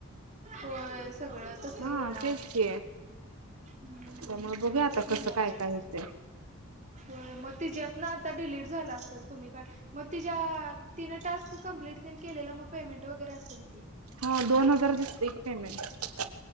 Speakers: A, on the right; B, on the right.
A: होय. सगळं तसं
B: हा
A: होनार.
B: तेच की
A: हम्म..
B: त्यामुळे बघूया
A: होय
B: आता
A: तसं
B: कसं
A: होणार
B: काय
A: पन,
B: काय होतंय.
A: होय, म तिच्यातनं आता डिलेट झाला असेल तुम्ही काढ म तिच्या, तिनं टास्क कंम्प्लीट तिने केलेलं, म पेमेंट वगैरे असेल की.
B: हो, दोन हजार दिसतेय की पेमेंट.